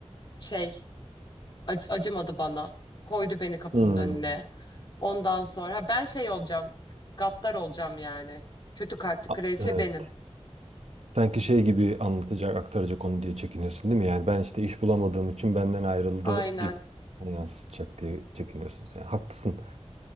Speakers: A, on the left (about 40°); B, on the right (about 65°).
A: şey ac- acımadı bana. Koydu beni kapının
B: Hmm.
A: önüne. Ondan sonra ha ben şey olacağım. Gaddar olacağım yani. Kötü kalpli
B: A-
A: kraliçe
B: Evet.
A: benim.
B: Sanki şey gibi anlatacak, aktaracak onu diye çekiniyorsun değil mi? Yani ben işte iş bulamadığım için benden ayrıldı
A: Aynen.
B: gibi yansıtacak diye çekiniyorsun sen. Haklısın.